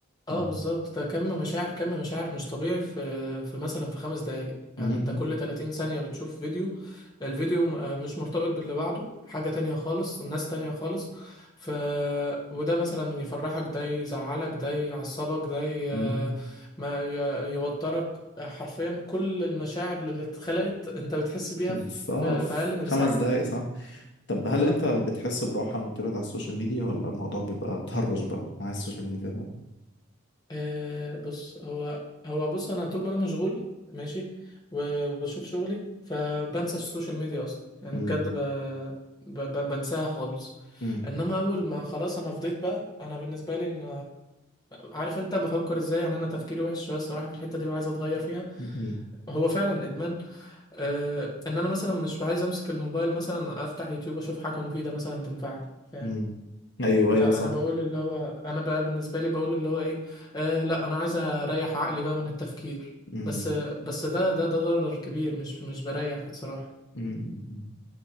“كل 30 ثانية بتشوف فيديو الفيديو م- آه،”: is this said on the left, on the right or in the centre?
Left